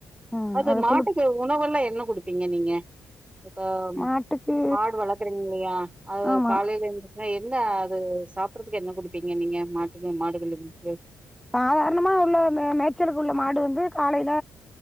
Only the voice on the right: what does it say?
அது மாட்டுக்கு
உணவெல்லா என்ன குடுப் பிங்க நீங்க இப்ப
மாடு வளக்குறீங்க இல்லையா அத
காலேல எந்திச் அ என்ன அது சாப்படறதுக்கு என்ன குடுப்பிங்க நீங்க மாட்டுக்கு மாடுகளுக்கு